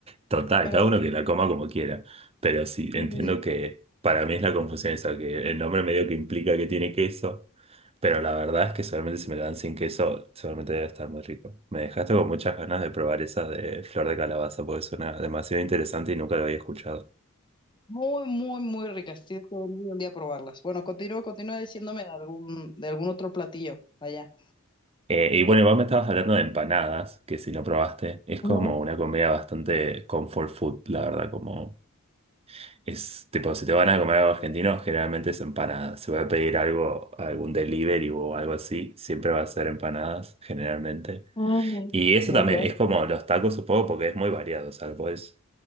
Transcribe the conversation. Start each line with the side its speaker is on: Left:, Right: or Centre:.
Right: total,
Left: Pero
Right: cada uno que la coma como quiera, pero sí,
Left: sí,
Right: entiendo
Left: sí, sí.
Right: que para mí es la confusión esa, que el nombre medio que implica que tiene queso, pero la verdad es que solamente si me lo dan sin queso, seguramente debe estar muy rico. Me dejaste con muchas ganas de probar esa de flor de calabaza, porque suena demasiado interesante y nunca lo había escuchado.
Left: Muy, muy, muy ricas. Tienes que venir un día a probarlas. Bueno, continúa, continúa diciéndome de algún, de algún otro platillo allá.
Right: Eh, y bueno, vos me estabas hablando de empanadas, que si no probaste, es como
Left: Ujú.
Right: una comida bastante comfort food, la verdad, como Es tipo, si te van a comer algo argentino, generalmente es empanada. Si voy a pedir algo, algún delivery o algo así, siempre va a ser empanadas, generalmente.
Left: Mm,
Right: Y eso también
Left: ok.
Right: es como los tacos, supongo, porque es muy variado. O sea, lo puedes